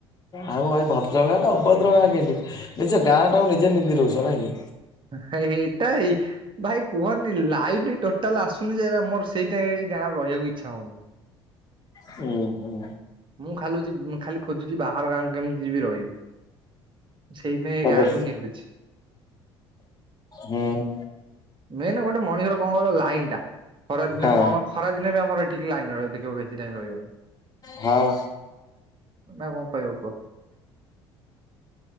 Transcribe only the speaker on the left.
ଆଉ ଭାଇ ଭଦ୍ର ଗାଁ ନା ଅଭଦ୍ର ଗାଁ କେମତି ନିଜ ଗାଁ ଟା ନିଜେ ନିନ୍ଦି ଦୋଉଚ ନାଇଁ କି।
ହୁଁ ହୁଁ
ହାଲୋ
ହୁଁ
ହଁ
ହଁ